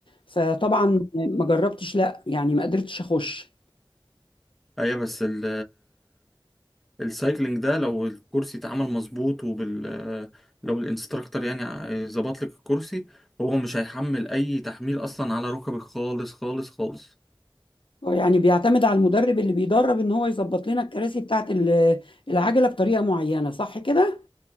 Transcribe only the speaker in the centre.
ايوه بس ال السايكلينج ده لو الكرسي اتعمل مظبوط وبال لو الانستراكتور يعني ظبط لك الكرسي هو مش هيحمل اي تحميل اصلا على ركبك خالص خالص خالص